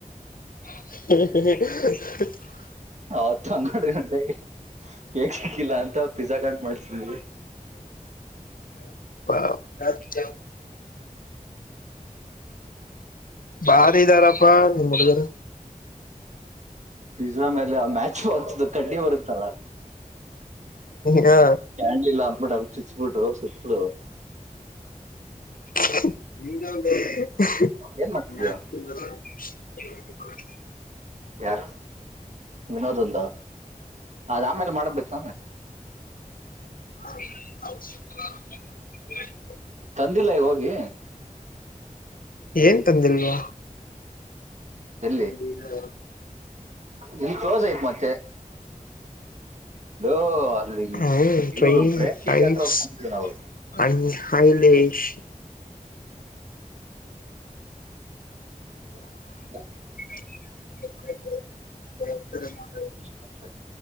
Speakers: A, on the left; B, on the right.
A: ಹ್ಮ
B: ಹೌತ್ ನೋಡಿ ನಟ ಕೇಕ್ ಸಿಕ್ಕಿಲ್ಲ ಅಂತ ಪಿಜಜಾ ಕಟ್ ಮಾಡ್ಸಿದ್ವಿ
A: ವಿಚ ಬಾರಿ ಇದಾರಪ್ಪ ನಿಮ್ ಹುಡುಗ್ರು
B: ಪಿಜ್ಜಾ ಮೇಲೆ ಮ್ಯಾಚ್ ಬಾಕ್ಸ್ ಕಡ್ಡಿ ಬರುತ್ತಿಲ್ಲ ಅದು
A: ಹಾ
B: ಕ್ಯಾಂಡ್ಲ ಇಿಲ್ಲ ಅಂದಬಿಟ್ಟ ಚುಚ್ಬಿಟ್ಟು ಸುತ್ತಲ
A: ಹ ನಿ
B: ಏನ್ ಮಾಡ್ತಿದ್ಯ
A: ಯ
B: ಯಾರ ವಿನೋದ್ಂದ ಅದ ಆಮೇಲೆ ಮಾಡಬೇಕ
A: ಹ
B: ತಂದಿಲ್ಲ ಈ ಹೋಗಿ
A: ಏನ್ ತಂದಿಲ್ವಾ
B: ಎಲ್ಲಿ
A: ಹ ಬರ
B: ಇಲ್ಲಿ ಕಲೋಸ ಆಐ್ತ್ ಮತ್ತೆ ಲೋ ಅಲ್ಲಿ
A: ಹ ಟ್ರೈನ್
B: ಇವ್ರು ಪ್ರೇಮ್ ಪೀಡಿ
A: ಟೈಪ್ಸ್
B: ಹತ್ರ ಹೋಗ್ತಿದ್ವಿ ನಾವು
A: ಅ ಹೈಲೆಶ
B: ಹ
A: ಹ
B: ಇಷ್ಟ